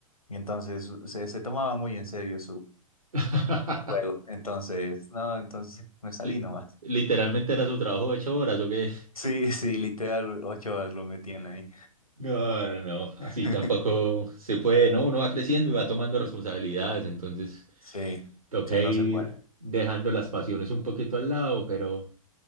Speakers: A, on the left; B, on the right.
A: Y entonces se, se tomaba muy en serio
B: <laughs>
A: juego. Entonces, no, entonces me salí
B: Li-
A: nomás.
B: Literalmente era su trabajo de ocho horas, ¿o qué?
A: Sí, sí, literal, ocho horas lo metían ahí.
B: No, no, no. Así
A: <laughs>
B: tampoco se puede, ¿no? Uno va creciendo y va tomando responsabilidades, entonces
A: Sí,
B: toca
A: sí, no
B: ir
A: se puede.
B: dejando las pasiones un poquito al lado, pero,